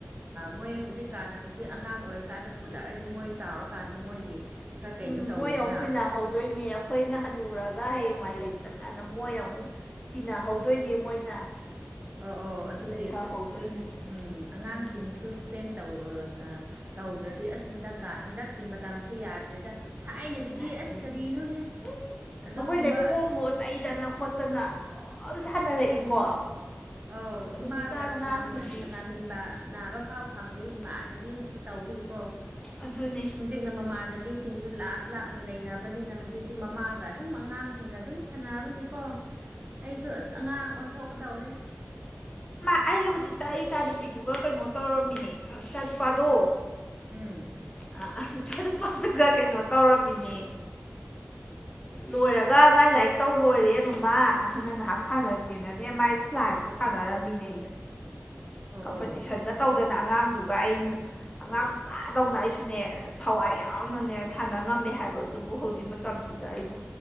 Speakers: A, on the right; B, on the left.
A: ꯃꯣꯏ ꯍꯧꯖꯤꯛꯀꯥꯟꯗ ꯍꯧꯖꯤꯛ ꯑꯉꯥꯡ ꯑꯣꯏꯔꯀꯥꯟꯗ ꯄꯨꯜꯂꯛꯑꯗꯤ ꯃꯣꯏ ꯆꯥꯎꯔꯀꯥꯟꯗ ꯃꯣꯏꯒꯤ ꯈꯔ ꯀꯩꯅꯣ
B: ꯎꯝ
A: ꯇꯧꯋꯤꯗꯅ
B: ꯃꯣꯏ ꯑꯃꯨꯛ ꯇꯤꯟꯅꯍꯧꯗꯣꯏꯅꯦ ꯑꯩꯈꯣꯏꯅ ꯍꯜꯟꯅꯨꯔꯒ ꯍꯌꯦꯡꯋꯥꯏ ꯂꯩꯇ꯭ꯔꯀꯥꯟꯗ ꯃꯣꯏꯅ ꯑꯃꯨꯛ ꯇꯤꯟꯅꯍꯧꯗꯣꯏꯅꯦ ꯃꯣꯏꯅ
A: ꯑꯣ ꯑꯣ ꯑꯗꯨꯒꯤ
B: ꯂꯩꯊꯍꯧꯗꯣꯏꯅꯤ
A: ꯑꯁ ꯎ ꯑꯉꯥꯡꯁꯤꯡꯁꯨ
B: ꯎꯝ
A: ꯏꯁꯄꯦꯟ ꯇꯧ ꯑ ꯇꯧꯗ꯭ꯔꯗꯤ ꯑꯁ ꯍꯟꯗꯛꯀꯥ ꯍꯟꯗꯛꯀꯤ ꯃꯇꯝꯁꯤꯦ ꯌꯥꯗ꯭ꯔꯦꯗ ꯊꯥꯏꯅꯒꯤꯗꯤ
B: <inaudible> ꯑꯩꯈꯣꯏ
A: ꯑꯁ ꯀꯔꯤꯅꯣꯍꯦ ꯑꯗꯨꯒꯨꯝꯕ
B: ꯂꯩꯈꯣꯝ ꯍꯣ ꯇꯩꯗꯅ ꯈꯣꯠꯇꯅ ꯌꯥꯝ ꯁꯥꯟꯅꯔꯛꯏꯀꯣ
A: ꯎꯝ ꯑꯧ
B: ꯑꯁ ꯍꯧꯖꯤꯛꯀꯥꯟ
A: ꯏꯃꯥꯒ
B: ꯑꯉꯥꯡꯁꯤꯡꯗꯤ
A: ꯁꯅꯃꯤꯟꯕ ꯅꯥꯕ ꯐꯥꯎ ꯐꯪꯗꯦ ꯏꯃꯥꯟꯅꯕꯤ ꯉꯥꯛꯇ ꯇꯧꯕꯒꯤꯀꯣ ꯑꯣ
B: ꯑꯗꯨꯅꯦ
A: ꯍꯧꯖꯤꯛꯅ ꯃꯃꯥꯟꯅꯕꯤꯁꯤꯡꯗꯨ ꯂꯥꯞ ꯂꯥꯞꯅ ꯂꯩꯅꯕꯅꯤꯅ ꯍꯧꯖꯤꯛꯇꯤ ꯃꯃꯥꯒ ꯑꯗꯨꯝ ꯑꯉꯥꯡꯁꯤꯡꯒ ꯑꯗꯨꯝ ꯁꯅꯕꯒꯤꯀꯣ ꯑꯩꯁꯨ ꯑꯁ ꯑꯉꯥꯡ ꯑꯣꯟꯊꯣꯛꯀꯗꯧꯔꯦ
B: ꯃꯥ ꯑꯩꯁꯨ ꯍꯧꯖꯤꯛꯇ ꯑꯩ ꯏꯆꯥ ꯅꯨꯨꯄꯤꯗꯨꯒ ꯀꯩꯅꯣ ꯇꯧꯔꯝꯃꯤꯅꯦ ꯏꯆꯥ ꯅꯨꯨꯄꯥꯗꯣ
A: ꯎꯝ
B: ꯑ ꯑꯁꯤ ꯊ ꯑꯗꯨ ꯑꯗꯨꯒ ꯀꯩꯅꯣ ꯇꯧꯔꯝꯃꯤꯅꯦ ꯂꯣꯏꯔꯒ ꯃꯥꯏ ꯂꯥꯏꯔꯤꯛ ꯇꯧ ꯂꯣꯏꯔꯦꯕꯃꯥ ꯑꯩꯅ ꯉꯥꯏꯍꯥꯛ ꯁꯥꯟꯅꯁꯦꯅꯅꯦ ꯃꯥꯥꯏ ꯁꯂꯥꯏꯟꯗꯣ ꯁꯥꯟꯅꯔꯝꯃꯤꯅꯦ ꯑꯩꯁꯨ
A: ꯑꯣ
B: ꯀꯝꯄꯤꯇꯤꯁꯟꯒ
A: ꯑꯣ
B: ꯇꯧ ꯑꯗꯨꯅ ꯑꯉꯥꯡꯗꯨꯒ ꯑꯩ ꯑꯉꯥꯡ ꯆꯥꯗꯧꯅ ꯑꯩꯁꯨꯅꯦ ꯊꯋꯥꯏ ꯌꯥꯎꯅꯅꯦ ꯁꯥꯟꯅ ꯉꯝ ꯊꯝꯃꯦ ꯍꯥꯏꯕ ꯑꯗꯨꯕꯨ ꯍꯧꯖꯤꯛ ꯃꯇꯝꯁꯤꯗ ꯑꯩꯕꯨ